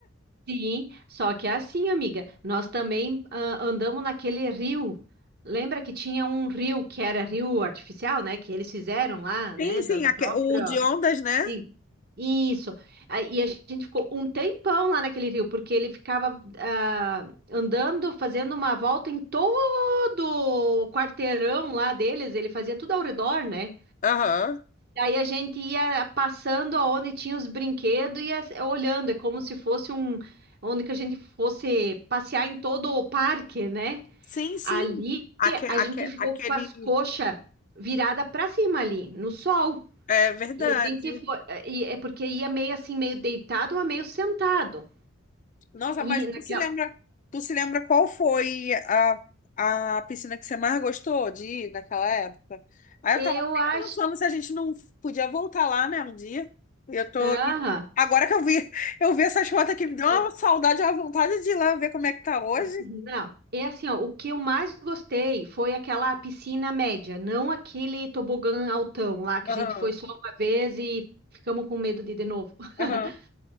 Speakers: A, on the right; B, on the left.
A: sim, só que é assim, amiga, nós também ah, andamos naquele rio, lembra que tinha um rio que era rio artificial, né, que eles fizeram lá, né,
B: Sim, sim,
A: da, da
B: aque-
A: própria,
B: o de ondas, né?
A: Sim, isso. Aí- E a gente ficou um tempão lá naquele rio, porque ele ficava ah, andando, fazendo uma volta em todo o quarteirão lá deles, ele fazia tudo ao redor, né?
B: Aham.
A: Aí a gente ia passando aonde tinha os brinquedos e ia s- olhando, é como se fosse um, onde que a gente fosse passear em todo o parque, né?
B: Sim, sim.
A: Ali
B: Aque,
A: a
B: aque,
A: gente ficou
B: aquele.
A: com as coxas viradas para cima ali, no sol.
B: É verdade.
A: E a gente foi, eh, e é porque ia meio assim, meio deitado ou meio sentado.
B: Nossa,
A: E
B: mas
A: naquela,
B: tu se lembra, tu se lembra qual foi a, a piscina que você mais gostou de ir naquela época? Aí
A: eu
B: eu tava até
A: acho,
B: pensando se a gente não podia voltar lá, né, um dia. E eu tô
A: aham,
B: aqui. Agora que eu vi, eu vi essas fotos aqui, me deu uma
A: É,
B: saudade, uma vontade de ir lá ver como é que tá hoje.
A: não. É assim, ó, o que eu mais gostei foi aquela piscina média, não aquele tobogã altão lá que
B: Aham,
A: a gente foi só uma vez e ficamos com medo de ir de novo. <laughs>
B: aham.